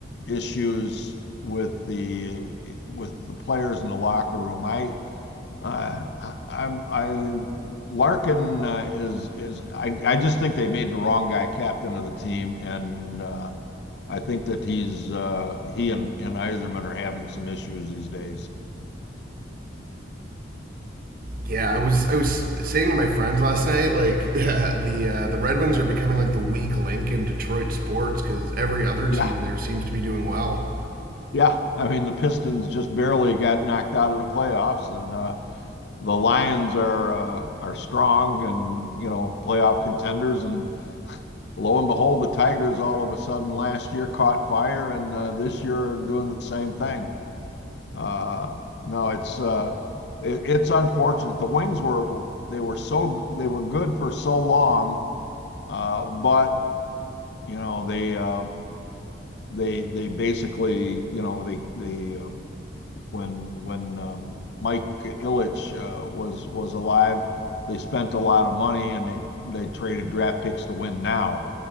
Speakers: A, on the left; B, on the right.
A: issues with the with the players in the locker room. I uh, I, I'm I Larkin uh, is is I I just think they made the wrong guy captain of the team, and uh, I think that he's uh, he and and Iserman are having some issues these days.
B: Yeah, I was I was saying to my friends last night, like <laughs> the uh, the Red Wings are becoming like the weak link in Detroit sports because every other team
A: Yeah,
B: there seems to be doing well.
A: yeah. I mean the Pistons just barely got knocked out of the playoffs, and uh, the Lions are uh, are strong and you know playoff contenders, and lo and behold, the Tigers all of a sudden last year caught fire, and uh, this year are doing the same thing. Uh, no, it's uh, it, it's unfortunate. The Wings were they were so they were good for so long, uh, but you know they uh, they they basically you know they they Uh, when when um, Mike Ilitch uh, was was alive, they spent a lot of money and they they traded draft picks to win now,